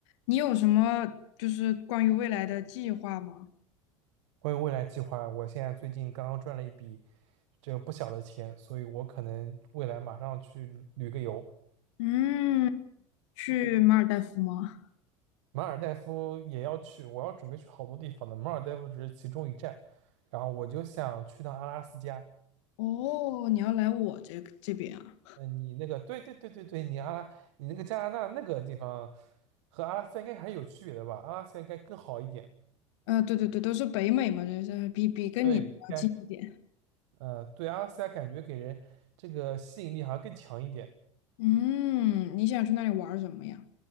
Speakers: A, on the left (about 65°); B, on the right (about 65°).
A: 你有什么就是关于未来的计划吗？
B: 关于未来计划，我现在最近刚刚赚了一笔这个不小的钱，所以我可能未来马上去旅个游，
A: 嗯，去马尔代夫吗？
B: 马尔代夫也要去，我要准备去好多地方的，马尔代夫只是其中一站，然后我就想去趟阿拉斯加。
A: 哦，你要来我这这边啊？
B: 嗯，你那个，对对对对对，你阿拉，你那个加拿大那个地方和阿拉斯加应该还是有区别的吧？阿拉斯加应该更好一点，
A: 呃，对对对，都是北美嘛，这是比比跟你要近一点。
B: 对，应该，呃，对，阿拉斯加感觉给人这个吸引力好像更强一点。
A: 嗯，你想去那里玩儿什么呀？